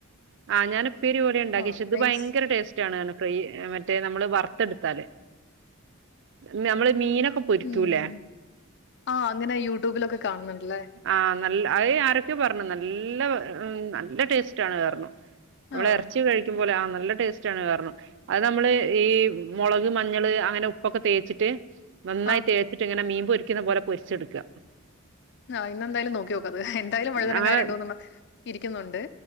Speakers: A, on the right; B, on the left.
A: ആഹ് ഞാന് ഉപ്പേരിപ്പോലെണ്ടാക്കി
B: ആഹ്
A: വെച്ചെ ഇത്
B: നൈസ്
A: ഭയങ്കര ടേസ്റ്റാണെറ്ഞ്ഞ് ഫ്രൈ മറ്റേ നമ്മള് വറുത്തെടുത്താല് മ്യ നമ്മള് മീനൊ ക്കെ പൊരിക്കൂല്ലെ
B: ഉം ആഹ് അങ്ങനെ യൂട്യൂബിലൊക്കെ കാണുന്നുണ്ടല്ലേ
A: ആ നല്ല അയ് ആരൊക്കയൊ പറഞ്ഞു നല്ല വെ ഏ ഉം നല്ല ടേസ്റ്റാണ് പറ്ഞ്ഞു നമ്മള്
B: ആഹ്
A: എറച്ചി കഴിക്കുമ്പോലെ ആ നല്ല ടേസ്റ്റാണ് പറ്ഞ്ഞു അത് നമ്മള് ഈ മൊളക് മഞ്ഞള് അങ്ങനെ ഉപ്പൊക്കെ തേച്ചിട്ട് നന്നായി
B: ആഹ്
A: തേച്ചിട്ട് ഇങ്ങനെ മീൻ പൊരിക്ക്ന്നപോലെ പൊരിച്ചെട്ക
B: ആഹ് ഇന്നെന്തായാലും നോക്കിനോക്കാത് എന്തായാലും വഴുതനങ്ങാ
A: അങ്ങനെ
B: രണ്ടൂന്നെണ്ണം ഇരിക്കുന്നുണ്ട്